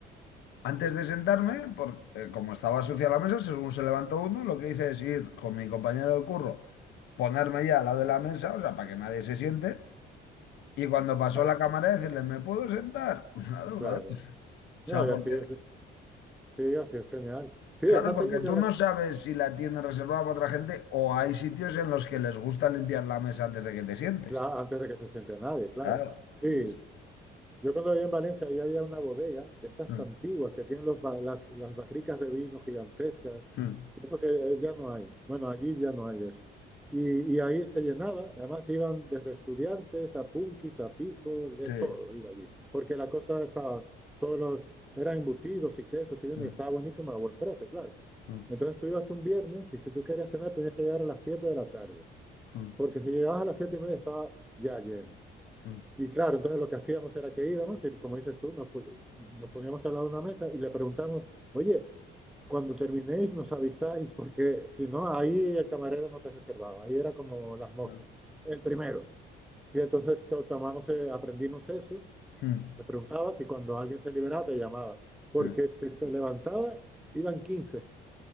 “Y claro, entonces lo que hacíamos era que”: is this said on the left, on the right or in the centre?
Centre